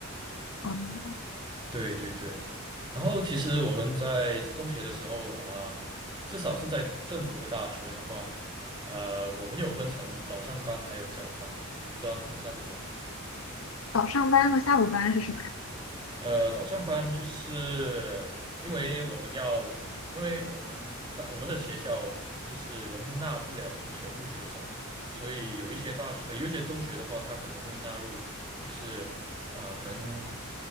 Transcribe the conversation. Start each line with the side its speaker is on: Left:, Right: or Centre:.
Left: 嗯
Right: 对对对。然后其实我们在中学的时候啊、至少是在政府的大学的话，呃，我们有分成早上班还有下午班。我不知道你们那边有吗？
Left: 早上班和下午班是什么呀？
Right: 呃，早上班就是因为我们要，因为我们大我们的学校就是容纳不了全部学生，所以有一些大学，呃，有一些中学的话，它可能会纳入，就是啊，可能